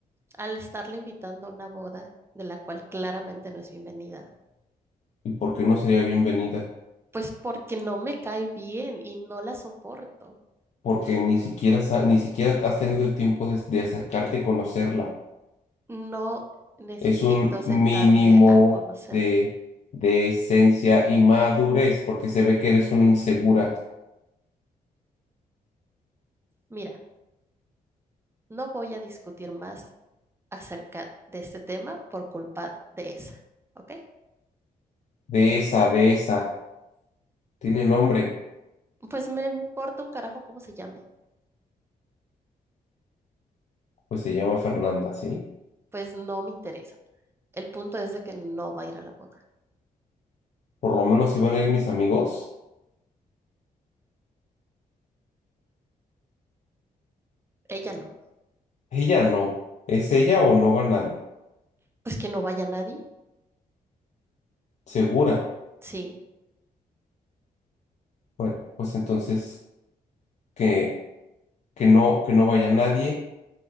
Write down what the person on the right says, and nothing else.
al estarle invitando a una boda de la cual claramente no es bienvenida.
Pues porque no me cae bien y no la soporto.
No necesito
sentarme
a conocerla.
Mira, no voy a discutir más acerca de este tema por culpa de esa, ¿ok?
Pues me importa un carajo cómo se llame.
Pues no me interesa. El punto es de que no va a ir a la boda.
Ella no.
Pues que no vaya nadie.
Sí.